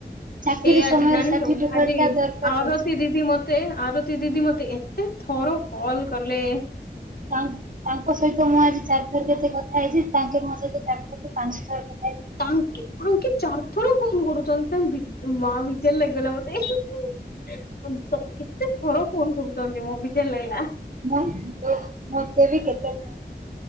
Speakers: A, on the right; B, on the left.
A: ଚାକିରି
B: ଏ ଆଜି
A: ସମୟରେ
B: ଜାଣିଛ
A: ସାର୍ଟିଫିକେଟ
B: ଆଜି
A: ଟା ଦରକାର
B: ଆରତି
A: ଅଛି।
B: ଦିଦି ଦିଦି ମତେ ଆରତୀ ଦିଦି ମତେ ଏତେ ଥର କଲ କଲେ
A: ତା ତାଙ୍କ ସହିତ ମୁଁ ଆଜି ଚାରି ଥର କେତେ କଥା ହେଇଛି। ତାଙ୍କେ ମୋ ସହିତ ଚାରିଥ ପାଞ୍ଚଥର କ
B: ତାଙ୍କେ ତାଙ୍କେ ଚାର ଥର ଫୋନ୍ କରୁଛନ୍ତି ତାଙ୍କ ମା ବିଜାର ଲାଗିଗଲା ମତେ। ତ କେତେ ଥର ଫୋନ କରୁଛନ୍ତି ମ ବିଜାର ଲାଗିଲା।
A: ମୁଁ ମତେ ବି କେତେ